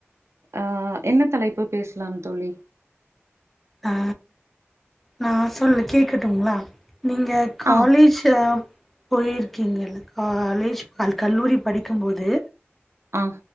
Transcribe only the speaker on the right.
அ என்ன தலைப்பு பேஸ்லாம் தோழி
ஆ
அ